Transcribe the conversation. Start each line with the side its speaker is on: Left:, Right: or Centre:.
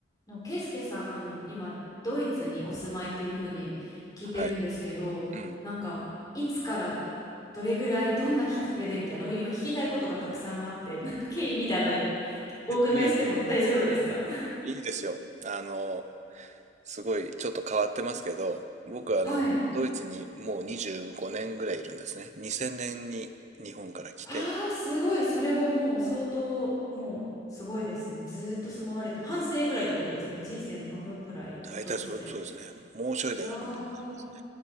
Left: の、ケイスケさん、今、ドイツにお住まいっていうふうに聞いてるんですけど、
Right: はい。うん。
Left: なんか、いつからどれぐらい、どんなきっかけでみたいな、もう今聞きたいことがたくさんあって、なんか経緯みたいなのお伺いしても大丈夫ですか
Right: うんうんうん。いいですよ。あの、すごいちょっと変わってますけど、僕はあの、
Left: はい。
Right: ドイツにもう25年ぐらいいるんですね。2000年に日本から来て、
Left: ああ、すごい。それはもう相当、もうすごいですね。ずーっと住まわれて、半生ぐらいってことですね。人生の半分ぐらい、
Right: 大体そう、
Left: ドイツで。
Right: そうですね。もうちょいで半分になりますね。
Left: いやー、